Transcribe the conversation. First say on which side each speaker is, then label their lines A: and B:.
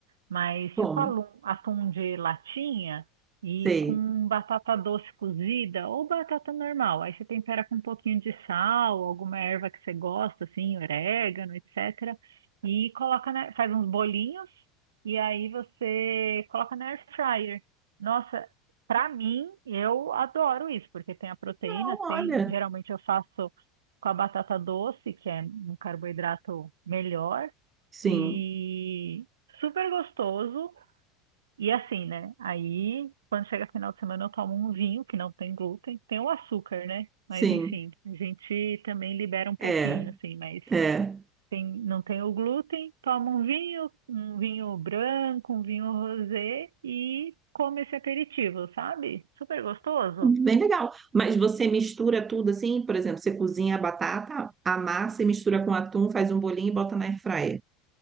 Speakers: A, on the right (about 80°); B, on the right (about 25°).
A: mas
B: Bom,
A: tipo alu- atum de latinha e
B: sei.
A: com batata doce cozida ou batata normal. Aí você tempera com um pouquinho de sal, alguma erva que você gosta, assim, orégano, etc. E coloca na, faz uns bolinhos e aí você coloca na air fryer. Nossa, pra mim, eu adoro isso, porque tem a proteína,
B: Não,
A: tem,
B: olha,
A: geralmente eu faço com a batata doce, que é um carboidrato melhor,
B: sim,
A: e super gostoso. E assim, né? Aí, quando chega final de semana, eu tomo um vinho que não tem glúten, tem o açúcar, né? Mas
B: sim.
A: enfim, a gente também libera um pouquinho,
B: É.
A: assim, mas
B: É.
A: tem, não tem o glúten, toma um vinho, um vinho branco, um vinho rosé e come esse aperitivo, sabe? Super gostoso.
B: bem legal. Mas você mistura tudo assim, por exemplo, você cozinha a batata, amassa e mistura com atum, faz um bolinho e bota na airfryer.